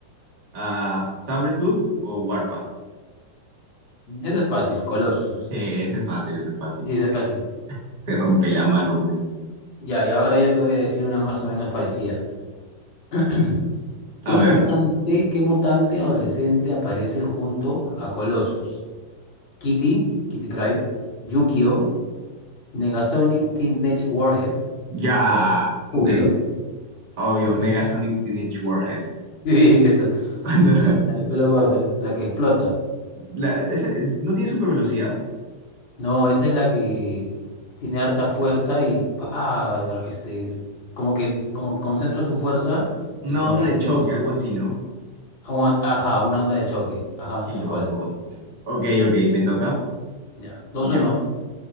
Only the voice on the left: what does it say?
Eso es fácil, Colossus.
Sí, es fácil.
Ya, y ahora yo te voy a decir una más o menos parecida. <clears throat>
¿Qué
mutante, qué mutante adolescente aparece junto a Colossus? ¿Kitty, Kitty Pryde, Yukio, Negasonic Teenage Warhead
o Júbilo?
<laughs>
Sí, esa.
La, la de pelo corto, la que explota.
No, esa es la que tiene harta fuerza y pa, este, como que, como que concentra su fuerza
y como
que explota.
Un- ajá, una onda de choque. Ajá,
tal
cual.
Ya. Dos
o no.